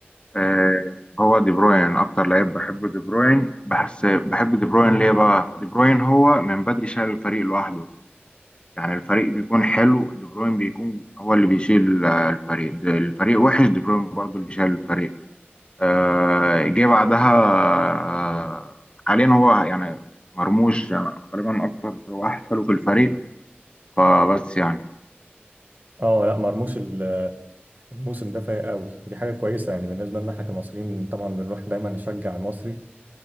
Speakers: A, on the left; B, on the right.
A: آه، هو دي بروين اكتر لعيب بحبه دي بروين بحس بحب دي بروين ليه بقى دي بروين هو من بدري شايل الفريق لوحده يعني الفريق بيكون حلو دي بروين بيكون هو اللي بيشيل آه، الفريق د- الفريق وحش دي بروين برضو اللي شايل الفريق آه، جه بعدها آه، حاليا هو يعني مرموش يعني غالبا اكتر واحد حلو في الفريق فبس يعني
B: اه لا مرموش ال- الموسم ده فايق قوي دي حاجه كويسه يعني بالنسبه لنا احنا كمصريين طبعا بنروح دايما نشجع المصري